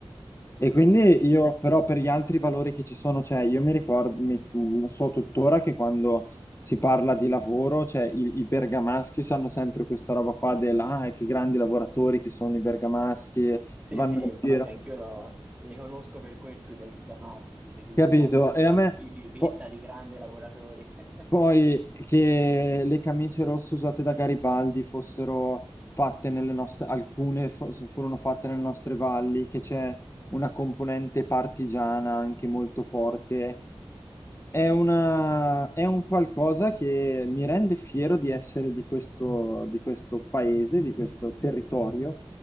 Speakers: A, on the left; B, on the right.
A: E quindi io però per gli altri valori che ci sono, cioè io mi ricordo, mi- lo so tuttora che quando si parla di lavoro, cioè i, i bergamaschi hanno sempre questa roba qua della, ah, che grandi lavoratori che sono i bergamaschi,
B: Sì,
A: vanno
B: sì,
A: in
B: infatti
A: giro,
B: anch'io lo- li conosco per questo i bergamaschi, per la
A: capito?
B: loro
A: E a me
B: etichetta
A: po-
B: di grandi lavoratori. <laughs>
A: poi che le camicie rosse usate da Garibaldi fossero fatte nelle nostre, alcune fo- so-, furono fatte nelle nostre valli, che c'è una componente partigiana anche molto forte È una, è un qualcosa che mi rende fiero di essere di questo, di questo paese, di questo territorio.